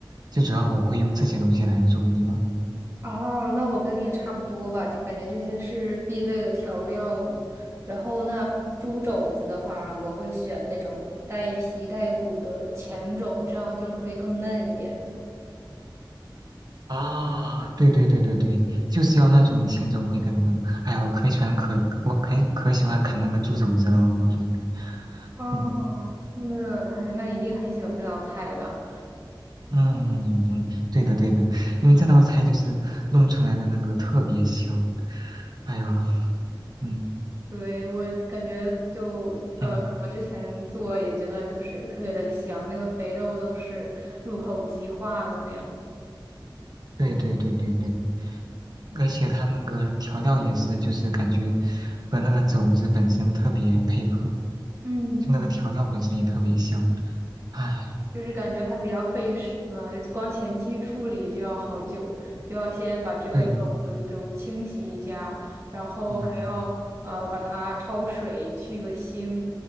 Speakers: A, on the right; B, on the right.
A: 最主要我会用这些东西来做。你呢？
B: 哦，那我跟你也差不多吧，就感觉这些是必备的调料嘛。然后那猪肘子的话，我会选那种带皮带骨的前肘，这样就是会更嫩一点。
A: 啊，对对对对对，就是要那种前手回根的。哎呀，我可喜欢可我可可喜欢啃那个猪肘子了，我告诉你。
B: 哦，
A: 嗯
B: 那哎，那一定很喜欢这道菜吧？
A: 嗯，嗯嗯嗯对的对的，因为这道菜就是弄出来的那个特别香。哎呀，嗯
B: 对，我感觉就呃，
A: 嗯，
B: 我之前做也觉得就是特别的香，那个肥肉都是入口即化的那样，
A: 对对对对对，而且它那个调料也是，就是感觉和那个肘子本身特别配合，
B: 嗯，
A: 就那个调料本身也特别香。哎，
B: 就是感觉它比较费时呢，就光前期处理就要好久，就要先把这个种子都清洗一下，
A: 对，
B: 然后还要呃把它焯水去个腥，
A: 嗯，